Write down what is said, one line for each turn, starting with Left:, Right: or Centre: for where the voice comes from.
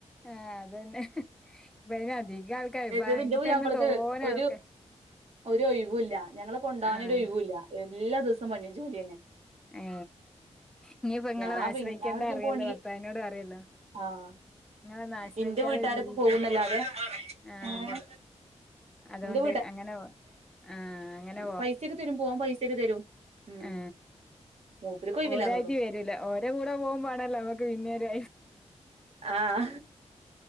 Centre: ആഹ് അതന്നെ ഇപ്പ അയിന് അധികം ആൾക്കാര് ഇപ്പ
Right: ഏറ്റതിന്റെ
Centre: അയിൽ
Right: പോയി
Centre: തന്നെ
Right: അവളത്
Centre: തോനെ
Right: ഒരു
Centre: ആൾക്കാ
Right: ഒ ഒഴിവ ഇല്ല ഞങ്ങളൊ കൊണ്ടാവവാൻ
Centre: ആഹ്
Right: ഒ ഒരു ഒഴിവൂല്ല എല്ലാ ദിവസം പണി ജോലിന്നെ
Centre: ഏ ഇനിയിപ്പോ നിങ്ങളെ
Right: ഞാൻ
Centre: ആശ്രയിക്കേണ്ട
Right: പി അവിടേക്കും
Centre: അറിിയല്ലോ
Right: പോകണെങ്കി
Centre: ഭർത്താവിനോട അറിയല്ലോ
Right: ആഹ്
Centre: നിങ്ങളൊന്നും ആശ്രയിക്കാതെ
Right: ഇന്റെ വീട്ടുകാരൊക്കെ
Centre: ജീവിക്ക
Right: പോകുന്നല്ലാതെ
Centre: ആഹ
Right: ഏഹ്
Centre: അതുകൊണ്ട്
Right: ഇന്റെ
Centre: അങ്ങനെ ആ അങ്ങനെ
Right: പൈസൊക്കെ തരും പോവാൻ പൈസയക്കെ തരും ഉം
Centre: ആഹ
Right: മൂപ്പര്ക്ക് ഒഴിവില്ലാന്നൊള്ളു
Centre: ഒരാഴ്ട്ട വരൂല ഓര കൂടെ പോകുമ്പാണല്ലോ നമ്മുക്ക് പിന്നെരു
Right: ആഹ